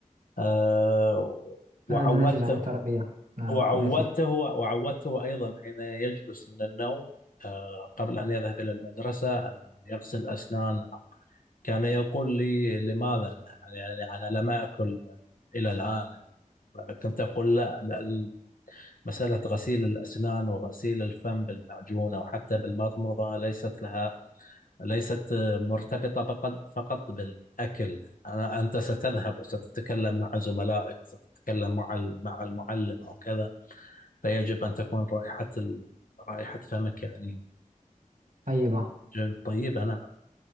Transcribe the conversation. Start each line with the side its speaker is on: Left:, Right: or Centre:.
Left: آه، وعودته
Right: فهذا ناتج عن التربية نعم
Left: وعودته
Right: ناتج عن-
Left: وعودته أيضا حين يجلس من النوم آه، قبل أن يذهب إلى المدرسة أن يغسل أسنانه كان يقول لي لماذا يعني يعني أنا لم أكل إلى الآن كنت أقول لا, لا مسألة غسيل الأسنان وغسيل الفم بالمعجون أو حتى بالمضمضة ليست لها ليست مرتبطة بقد- فقط بالأكل أنا- أنت ستذهب وستتكلم مع زملائك وستتكلم مع ال- مع المعلم أو كذا فيجب أن تكون رائحة ال- رائحة فمك يعني
Right: طيبة
Left: ج- طيبة نعم